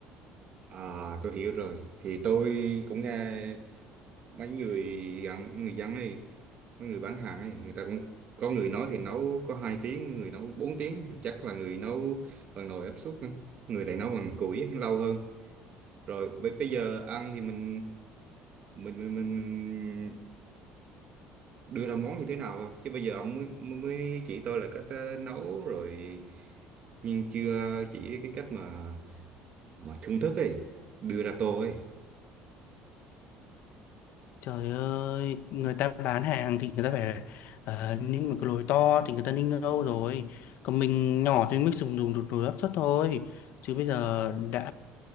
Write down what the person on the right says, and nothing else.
à tôi hiểu rồi thì tôi cũng nghe mấy người gặn người dân ấy mấy người bán hàng ấy người ta cũng có người nói thì nấu có hai tiếng người nấu bốn tiếng chắc là người nấu bằng nồi áp suất á. người lại nấu bằng củi ấy, lâu hơn rồi bây bây giờ ăn thì mình mình mình, mình, mình đưa ra món như thế nào thôi chứ bây giờ ông mới mới mới chỉ tôi là cách ờ, nấu rồi nhưng chưa chỉ cái cách mà mà thưởng thức ấy đưa ra tô ấy